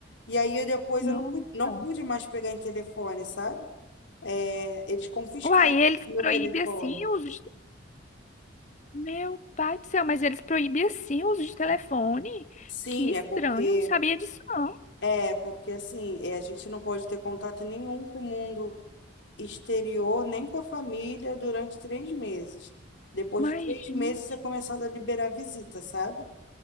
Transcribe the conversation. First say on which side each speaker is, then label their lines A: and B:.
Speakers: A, on the left (about 75°); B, on the left (about 40°).
A: E aí eu, depois
B: Nossa.
A: eu não pude, não pude mais pegar em telefone, sabe? É, eles confiscaram
B: Uai, eles
A: meu
B: proíbem
A: telefone.
B: assim os Meu pai do céu, mas eles proibiam assim o uso de telefone?
A: Sim,
B: Que estranho,
A: é porque
B: eu não sabia disso não.
A: é porque assim, é, a gente não pode ter contato nenhum com o mundo exterior nem com a família durante três meses. Depois
B: Imagina.
A: de três meses é começado a liberar visita, sabe?